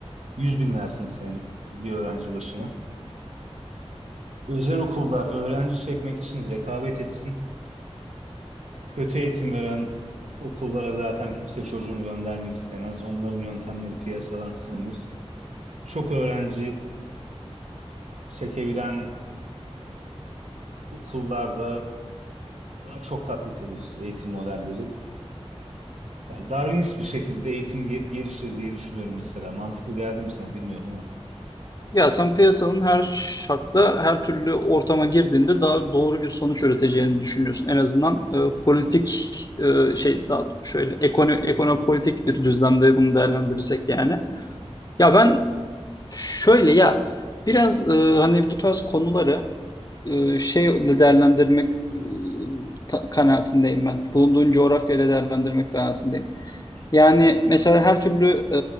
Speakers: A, on the right; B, on the left.
A: 100 bin versin senelik bir öğrenci başına. Özel okullar öğrenci çekmek için rekabet etsin. Kötü eğitim veren okullara zaten kimse çocuğunu göndermek istemez. Onların yöntemleri piyasadan silinir. Çok öğrenci çekebilen okullarda daha çok taklit edilir eğitim modelleri. Ya Darwinist bir şekilde eğitim ge- gelişir diye düşünüyorum mesela. Mantıklı geldi mi sana bilmiyorum ama.
B: Ya sen piyasanın her şartta, her türlü ortama girdiğinde daha doğru bir sonuç üreteceğini düşünüyorsun. En azından e, politik e, şey daha şöyle ekono ekonopolitik bir düzlemde bunu değerlendirirsek yani. Ya ben şöyle ya biraz e, hani bu tarz konuları e, şeyle değerlendirmek e, ta- kanaatindeyim ben. Bulunduğun coğrafyayla değerlendirmek kanaatindeyim.
A: Hmm.
B: Yani mesela her türlü e,